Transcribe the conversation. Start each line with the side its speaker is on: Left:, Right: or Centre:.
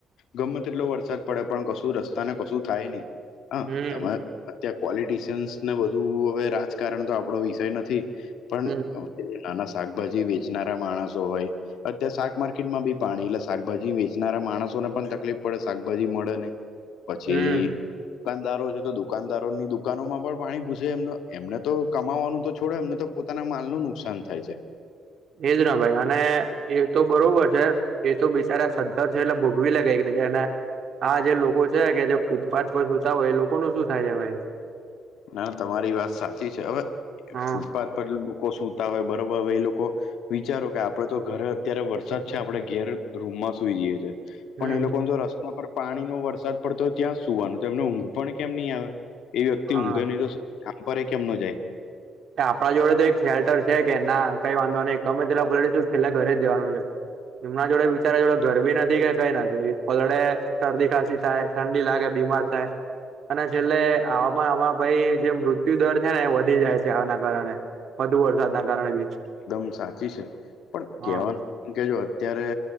Left: ગમે તેટલો વરસાદ પડે, પણ કશું રસ્તા ને કશું થાય નહીં. હા.
Right: હમ
Left: તમે અત્યારે પોલિટશિયન્સ ને બધું હવે રાજકારણ તો આપણો વિષય નથી. પન
Right: હમ
Left: કે જે નાના શાકભાજી વેચનારા માણસો હોય અત્યારે શાક માર્કેટમાં બી પાણી. એટલે શાકભાજી વેચનારા માણસોને પણ તકલીફ પડે. શાકભાજી મળે નહીં. પછી
Right: હમ
Left: દુકાનદારો, જે તો દુકાનદારો ની દુકાનોમાં પણ પાણી ઘુસે એમના. એમને તો કમાવાનું તો છોડે, એમને તો ખુદ પોતાના માલ નું નુકસાન થાય છે.
Right: એ જ ના ભાઈ. અને એ તો બરોબર છે. એ તો બિચારા સદ્ધર છે એટલે ભોગવી <unintelligible> એને. આ જે લોકો છે, કે ફૂટપાથ પર <unintelligible> કરતાં હોય એ લોકો નું શું થાય હે ભાઈ?
Left: ના તમારી વાત સાચી છે હવે
Right: હા
Left: ફૂટપાથ પર લોકો સુૂતા હોય બરોબર હવે એ લોકો, વિચારો કે આપડે તો ઘરે અત્યારે વરસાદ છે આપડણે ઘેર રૂમમાં સુઈ જઈએ છે.
Right: હમ
Left: પણ એ લોકો જો રસ્તા પર પાણી નો વરસાદ પડતો હોય ત્યાં સુવાનો તો એમને ઊંઘ પણ કેમ ની આવે એ વ્યક્તિ
Right: હા
Left: ઊઘે નહ તો કામ પરે કેમ નો જાય,
Right: આપણા જોડે તો એક શેલ્ટર છે કે ના કઈ વાંધો નહીં ગમે છેલ્લા પલડીશું તો છેલ્લા ઘરે જવાનું છે. એમના જોડે બિચાર જોડે ઘરભી નથી કે કઈ નથી પલળે શરદી ખાંસી થાય, ઠંડી લાગે બીમાર થાય, અને છેલ્લે આવામાં આમાં ભાઈ જે મૃત્યુદર છે ને એ વધી જાય છે. જવા ના કારણે વધુ વરસાદ ના કારણે બી
Left: એકદમ સાચી છે પણ
Right: હા
Left: કેવાનું, કે જો અત્યારે